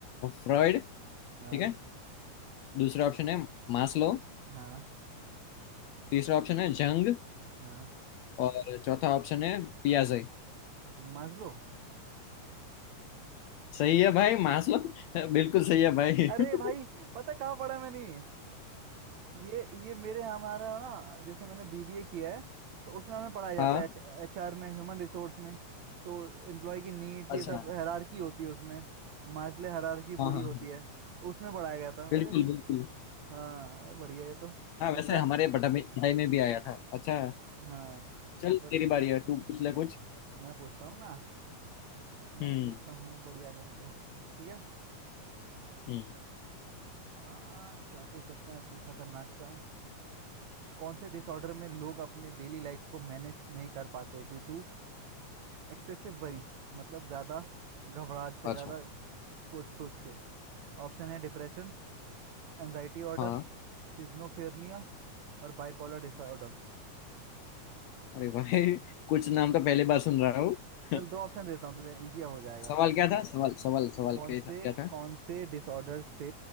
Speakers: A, on the left; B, on the right.
A: फ्रॉइड ठीक
B: हाँ
A: है दूसरा ऑप्शन है मास्लो
B: हाँ
A: तीसरा ऑप्शन है जंग
B: हाँ
A: और चौथा ऑप्शन है पियाजे
B: मास्लो
A: सही है भाई मास्लो <laughs> बिल्कुल सही है भाई
B: अरे
A: <laughs>
B: भाई पता कहाँ पढ़ा मैंने ये ये ये मेरे हमारा ना जैसे मैंने बीबीए किया है तो उसमें हमें पढ़ाया जाता
A: हाँ
B: है एच एचआर में ह्यूमन रिसोर्स में तो एम्प्लॉय की नीड्स
A: अच्छा
B: ये सब
A: हाँ
B: हायरार्की होती है उसमें मास्ले हायरार्की पूरी
A: हाँ हाँ,
B: होती है तो उसमें पढ़ाया गया था
A: बिल्कुल
B: अरे
A: बिल्कुल
B: हाँ बढ़िया है तो
A: हाँ वैसे
B: तो का
A: हमारे पढ़ाई में पढ़ाई में भी आया था अच्छा
B: हाँ
A: चल
B: बढ़िया
A: तेरी बारी है तू पूछ ले कुछ
B: मैं पूछता हूँ ना मैं
A: हम्म
B: पूछता हूँ बढ़िया करके ठीक है
A: हम्म
B: आ, क्या पूछ सकते हैं कोई खतरनाक सा कौन से डिसऑर्डर में लोग अपने डेली लाइफ को मैनेज नहीं कर पाते ड्यू टू एक्सेसिव वरी मतलब ज्यादा घबराहट से
A: अच्छा
B: ज्यादा सोच सोच के ऑप्शन है डिप्रेशन एनजाइटी ऑर्डर
A: हाँ
B: सिज्नोफेरनिया और बाइपोलर डिसऑर्डर
A: अरे भाई कुछ नाम तो पहली बार सुन रहा हूँ
B: चल
A: <laughs>
B: दो ऑप्शन देता हूँ तुझे इजी हो जाएगा
A: सवाल क्या
B: ठीक
A: था
B: है
A: सवाल सवाल सवाल
B: कौन
A: क्या
B: से
A: था क्या था
B: कौन से डिसऑर्डर से